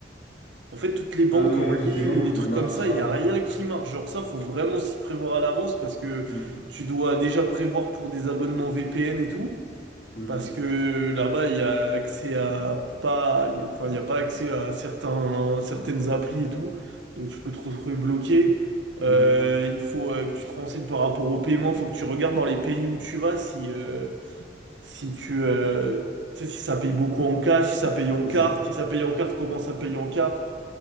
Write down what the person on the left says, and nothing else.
Ah oui,
ouais, toutes
les banques
ne marchent
pas.
Mhm,
mhm,
mhm.
C'est
ça.